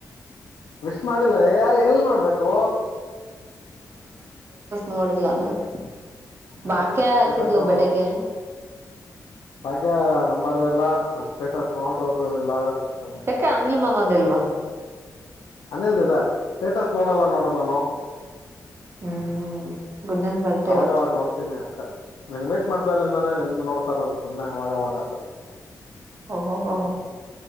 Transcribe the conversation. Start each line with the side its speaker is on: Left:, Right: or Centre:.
Left: ವಿಶ್ ಮಾಡಿಲ್ಲ ಯ ಎಲ್ಲಿ ಮಾಡ್ಬೇಕು.
Right: ನೋಡಿಲ್ಲಾ ಅವನ್
Left: ಹ
Right: ಭಾಗ್ಯ
Left: ನನ್
Right: ಹಾಕಿದ್ಲು
Left: ಸ್ಟೇಟಸ್
Right: ಬೆಳಿಗ್ಗೆ
Left: ಭಾಗ್ಯ ನಂಬರ್ ಇಲ್ಲ ನನ್ ಸ್ಟೇಟಸ್ ನೋಡೋದ್ ದು ಎಲ್ಲಾ ಎಷ್ಟೊಂದು ಸತಿ
Right: ಯಾಕೆ ಅನಿಲ್
Left: ಯಾರದು
Right: ಮಾಮಂದಿಲ್ವಾ
Left: ಅನಿಲ್ ಇದ ಸ್ಟೇಟಸ್ ನೋಡಲ್ಲ ನೋಡು ನಾನು
Right: ಹ್ಮ್ ಗುಂಡನ್ ಬರ್ಡೇ
Left: ಅವಾಗ
Right: ಇವತ್ತು
Left: ಅವಾಗ ನೋಡ್ತೀನಿ ಅಷ್ಟೇ ನನ್ ಮೀಟ್ ಮಾಡ್ದಲ್ಲಿಂದಾನೇ ನೀನ್ ಇಂಗ್ ನೋಡ್ತಾರಿದು ಸುಮ್ಮನೆ ಆವಾಗ ಆವಾಗ
Right: ಓ ಓ ಹೋಹೋ